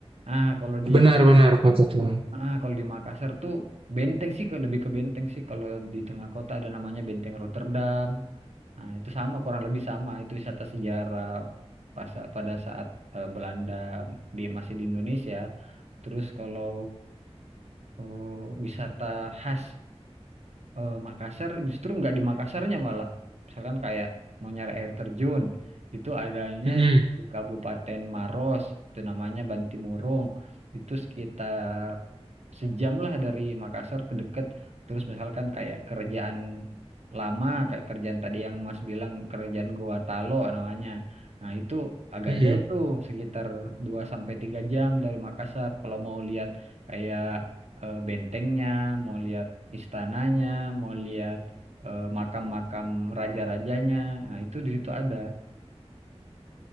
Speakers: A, on the right; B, on the right.
A: Ah, kalau di
B: benar-benar kota tua.
A: ah, kalau di Makassar tuh benteng sih ke- lebih ke benteng sih kalau di tengah kota ada namanya Benteng Rotterdam. Nah, itu sama, kurang lebih sama. Itu wisata sejarah pas pada saat eh, Belanda di masih di Indonesia. Terus kalau eh, wisata khas eh, Makassar justru nggak di Makassarnya malah misalkan kayak mau nyari air terjun itu adanya
B: Mhm,
A: di Kabupaten Maros itu namanya Bantimurung itu sekitar sejam lah dari Makassar ke deket terus misalkan kayak kerjaan lama kayak kerjaan tadi yang Mas bilang kerjaan Goa Talo namanya nah itu agak
B: mhm.
A: jauh tuh sekitar 2 sampai 3 jam dari Makassar kalau mau lihat kayak eh, bentengnya, mau lihat istananya, mau lihat eh, makam-makam raja-rajanya. Nah, itu di situ ada.